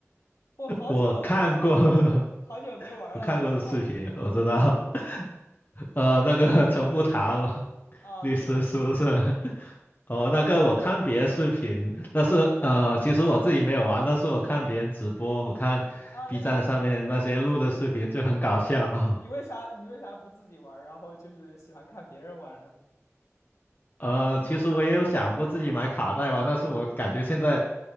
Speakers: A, on the left (about 75°); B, on the left (about 40°).
A: 我好久，
B: 我看过，
A: 我好久，
B: <laughs>
A: 好久没玩了，
B: 我看过的视频，
A: 我有点忘了。
B: 我知道，<laughs> 呃，那个陈步堂了，
A: 啊，
B: 律师是不是？
A: 对，
B: <laughs> 哦，
A: 很搞笑的
B: 那个我看别的视频，但是呃，其实我自己没有玩，但是我看别人直播，我看
A: 啊。
B: B
A: 那你，
B: 站上面那些录的视频就很搞笑。
A: 啊，你为啥你为啥不自己玩儿然后就是喜欢看别人玩呢？
B: 呃，其实我也有想过自己买卡带玩，但是我感觉现在